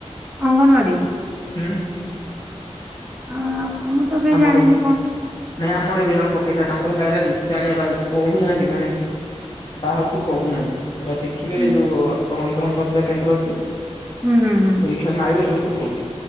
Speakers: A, in the centre; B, on the left.
A: ଅଙ୍ଗନବାଡି
B: ହୁଁ।
A: ଆ ମୁଁ ତ କାହିଁ
B: ଆମର
A: ଜାଣିନି
B: ନାଇଁ
A: କଣ
B: ଆମର ଏବେ ଜଣ ପକେଇଥିଲା ତାଙ୍କର ହେଲା ଏନୁଚାଣିଆ ବା କହୁନାହାନ୍ତି ମାନେ ବାହାରୁଛି କହୁନାହାନ୍ତି ଏରା ଦେଖିବେ
A: ହୁଁ
B: ଯୋଉ ଆପଣଙ୍କ ଜନସେବା କେନ୍ଦ୍ର ଅଛି
A: ହୁଁ ହୁଁ ହୁଁ।
B: ସେଇଥିରେ ମାଇଲେ ସବୁ ଦେଖଉଛି।